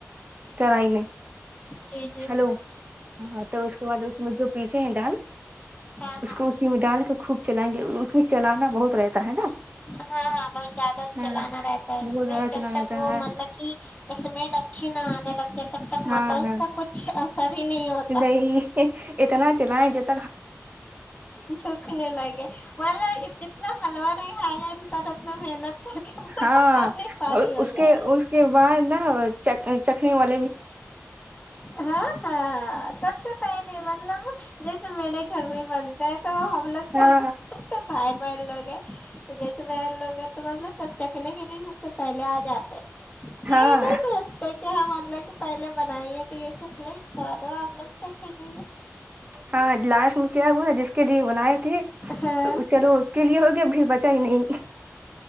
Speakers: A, on the right; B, on the left.
A: کرائی میں
B: جی جی
A: <unintelligible> ہلو ہاں تو اس کے بعد اس میں جو پیسے ہیں دال
B: ہاں
A: اس
B: ہاں
A: کو اسی میں ڈال کر خوب چلائیں گے اس میں چلانا بہت رہیتا ہے نا
B: ہاں ہاں بہت زیادہ
A: ہاں
B: چلانا رہتا ہے اس
A: بہت
B: میں
A: زیادہ
B: جب
A: چلانا
B: تک
A: رہتا ہے
B: وہ مطلب کہ اسمیل اچھی نہ آنے لگتی تب تک
A: ہاں
B: مطلب اس
A: ہاں
B: کا کچھ اثر ہی نہیں ہوتا
A: نہیں اتنا چلائ جتنا
B: جکنے لگے مطلب جتنا حلوا نہیں کائے گا چل نہ محنت <unintelligible> پورا
A: ہاں
B: پانی پانی ہو
A: اس
B: جاتا
A: کے اس کے بعد نا چکھنی <unintelligible>
B: ہاں ہاں سب سے پہلے مطلب جیسے میرے گھر میں ہی بنتے ہے تو ہم لوگ
A: ہاں
B: کا تو بھائی بہن لوگ ہیں تو جیسے بن لوگ ہیں تو مطلب سب چ دیکھنے کے لیے سب سے پہلے آ جاتے ہیں
A: ہاں
B: یہٹ سوچتے کہ ہم <unintelligible> پہلے بنائییا تھی یہ چکلے اس کے بعد وہ ہم لوگ چکھے گے
A: ہاں لاسٹ میں کیا ہوا نا جس کے لیے بناائے تھے
B: ہاں
A: چلو اس کے لیے ہوگیا پھر بچا ہی نہیں